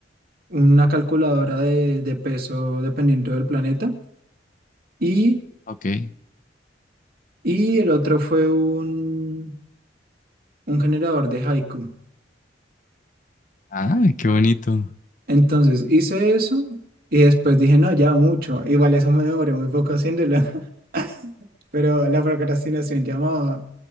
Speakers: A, on the right; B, on the left.
A: Una calculadora de, de peso dependiendo del planeta. Y,
B: Ok.
A: y el otro fue un, un generador de haiku.
B: Ah, qué bonito.
A: Entonces hice eso y después dije, no, ya mucho. Igual eso me demoré muy poco haciéndolo, <laughs> pero la procrastinación llamaba